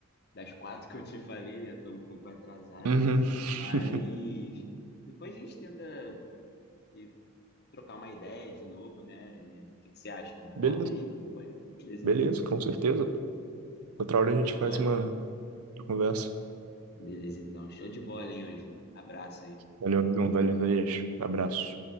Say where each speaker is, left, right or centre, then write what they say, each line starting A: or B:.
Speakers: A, on the left (about 45°); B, on the right (about 80°).
A: das quatro que eu te falei, né? Eu tô um pouco atrasado,
B: Uhum. <laughs>
A: mas depois a gente tenta se trocar uma ideia de novo, né? E o que que você acha? Concorda
B: Beleza,
A: aí? A gente pode? Beleza,
B: beleza,
A: então.
B: com certeza. Outra hora
A: Show
B: a gente
A: de
B: faz
A: bola.
B: uma outra conversa.
A: Beleza, então. Show de bola, hein, Ângelo? Abraço, hein?
B: Valeu, amigão, valeu, Isaías. Abraço.